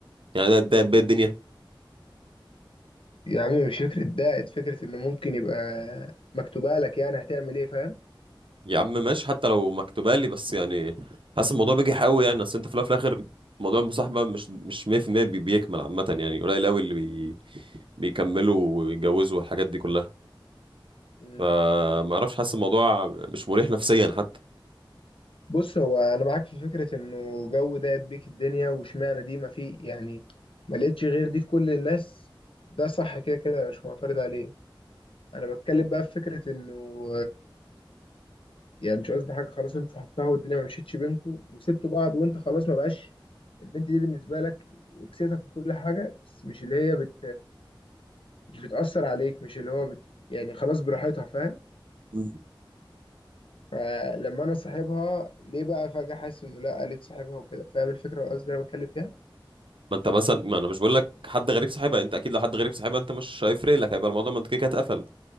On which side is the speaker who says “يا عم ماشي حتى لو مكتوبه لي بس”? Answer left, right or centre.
Right